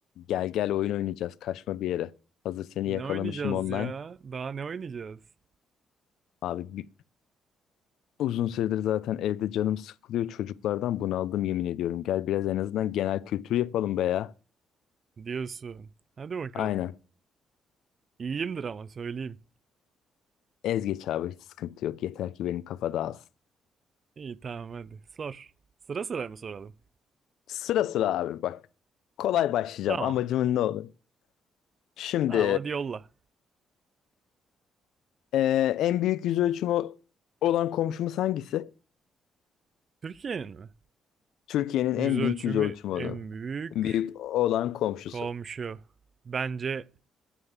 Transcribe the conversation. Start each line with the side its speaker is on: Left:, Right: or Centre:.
Left: Gel gel oyun oynayacağız. Kaçma bir yere. Hazır seni
Right: Ne
Left: yakalamışım
Right: oynayacağız
Left: online.
Right: ya? Daha ne oynayacağız?
Left: Abi bir- uzun süredir zaten evde canım sıkılıyor. Çocuklardan bunaldım yemin ediyorum. Gel biraz en azından genel kültür yapalım be ya.
Right: Diyorsun. Hadi bakalım.
Left: Aynen.
Right: İyiyimdir ama söyleyeyim.
Left: Ez geç abi hiç sıkıntı yok. Yeter ki benim kafa dağılsın.
Right: İyi tamam hadi sor. Sıra sıra mı soralım?
Left: Sıra sıra abi bak. Kolay başlayacağım.
Right: Tamam.
Left: Amacımın ne olur? Şimdi
Right: Tamam hadi yolla.
Left: e, en büyük yüz ölçümü olan komşumuz hangisi?
Right: Türkiye'nin mi?
Left: Türkiye'nin
Right: Yüz
Left: en büyük
Right: ölçümü
Left: yüz ölçümü olan.
Right: en büyük
Left: Büyük olan komşusu.
Right: komşu. Bence